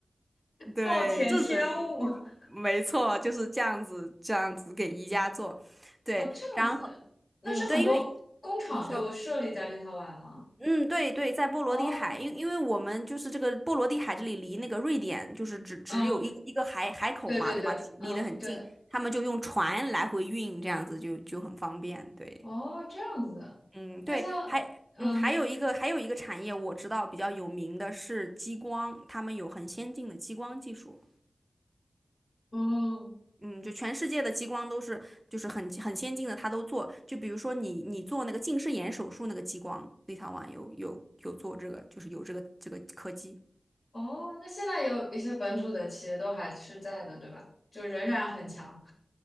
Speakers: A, on the right; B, on the left.
A: 对，
B: 暴殄天物。
A: 这种
B: <laughs>
A: 没错，就是这样子这样子给宜家做。对，
B: 哦这样子，
A: 然后
B: 那是很多工厂就设立在立陶宛吗？
A: 嗯对，因为你说。嗯，对对，在波罗的海，
B: 哦，
A: 因因为我们就是这个波罗的海这里离那个瑞典就是只只有一个一个海海口嘛，
B: 嗯。对对对，
A: 对吗？就是离得很近，
B: 嗯，对，
A: 他们就用船来回运，这样子就就很方便。对，
B: 哦，这样子的。
A: 嗯，
B: 那像，
A: 对，还嗯还有一个还有一个产业我知道比较有名的是激光，
B: 嗯，
A: 他们有很先进的激光技术。
B: 哦，
A: 嗯，就全世界的激光都是就是很很先进的，他都做。就比如说你你做那个近视眼手术那个激光，立陶宛有有有做这个，就是有这个这个科技。
B: 哦，那现在也有一些本土的企业都还是在的，对吧？就仍然很强。